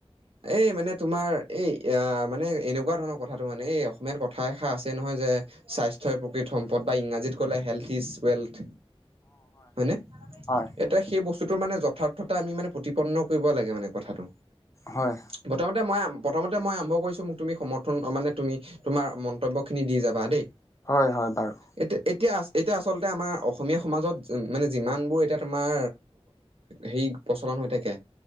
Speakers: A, on the right; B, on the left.
A: এই মানে তোমাৰ এই মানে এনেকুৱা ধৰণৰ কথাটো মানে এই অসমীয়াত কথা এষাৰ আছে নহয় যে স্বাস্থ্যই প্ৰকৃত সম্পদ বা ইংৰাজীত ক'লে হেল্থ ইজ ৱেল্থ। হয় নে,
B: হয়
A: এতিয়া সেই বস্তু বস্তু মানে যথাৰ্থত আমি মানে প্ৰতিপন্ন কৰিব লাগে মানে কথাটো,
B: হয়
A: প্ৰথমতে মই প্ৰথমতে মই আৰম্ভ কৰিছোঁ মোক তুমি সমৰ্থন মানে তুমি তোমাৰ মন্তব্যখিনি দি যাবা দেই।
B: হয় হয় বাৰু।
A: এতিয়া এতিয়া এতিয়া আচলতে আমাৰ অসমীয়া সমাজত মানে যিমানবোৰ এতিয়া তোমাৰ সেই প্ৰচলন হৈ থাকে